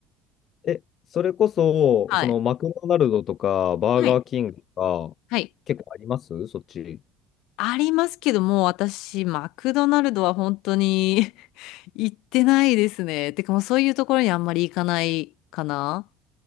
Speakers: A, on the left; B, on the left.
A: え、それこそ、
B: はい。
A: そのマクドナルドとか、バーガーキングとか、
B: はい。はい。
A: 結構ありますそっち。
B: ありますけども、私、マクドナルドは本当に <laughs> 行ってないですね。てかもうそういうところにあんまり行かないかな。